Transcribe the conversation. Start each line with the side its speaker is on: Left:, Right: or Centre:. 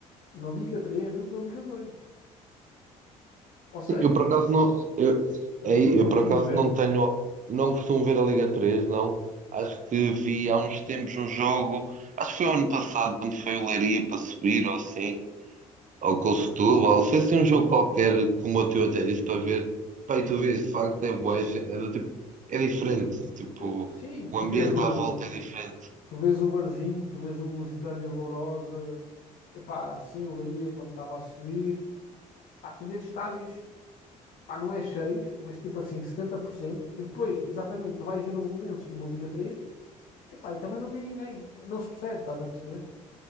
Left: na Liga 3 do que na Liga dois Ou seja,
Right: Sim, Eu por acaso não, eu,
Left: n-
Right: aí, eu
Left: não
Right: por
Left: costumas
Right: acaso
Left: ver.
Right: não tenho, não costumo ver a Liga 3 não. Acho que vi há uns tempos um jogo, acho que foi o ano passado, quando foi o Leiria para subir ou assim. ao Costulo, ou sei se é um jogo qualquer, como o teu até disse para ver, pá, e tu vês, de facto é bué, é, do tipo, é diferente, tipo,
Left: Tu- sim,
Right: o
Left: tu
Right: ambiente
Left: vês o,
Right: à volta é diferente.
Left: tu vês o Varzim, tu vês o Lusitânia Lourosa, epá, sim, o Leiria quando estava a subir. Pá, tu vês estádios pá, não é cheios, mas tipo assim, setenta por cento E depois, exatamente, tu vais ver o Belenenses numa Liga 3. epá, e também não tem ninguém. Não se percebe, estás a perceber?